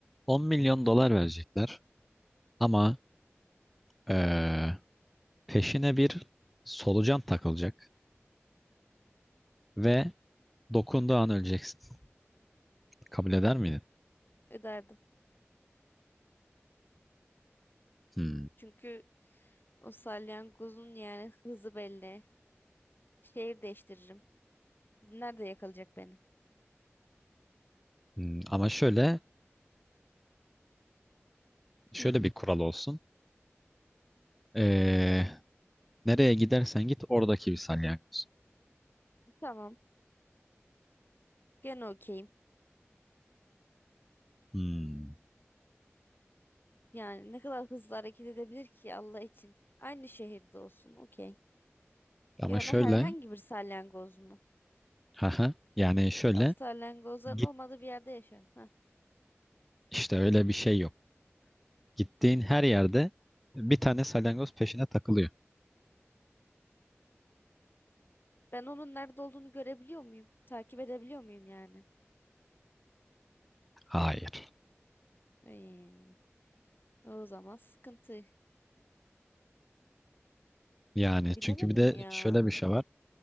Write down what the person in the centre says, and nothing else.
10 milyon dolar verecekler ama eee, peşine bir solucan takılacak ve dokunduğu an öleceksin. Kabul eder miydin?
Hmm.
Hmm, Ama şöyle şöyle
bir kural olsun. Eee, nereye gidersen git oradaki bir salyangoz.
Hmm.
Ama
şöyle
haha, yani şöyle
git
işte öyle bir şey yok. Gittiğin her yerde bir tane salyangoz peşine takılıyor.
Hayır.
Yani
çünkü bir de
şöyle bir şey var.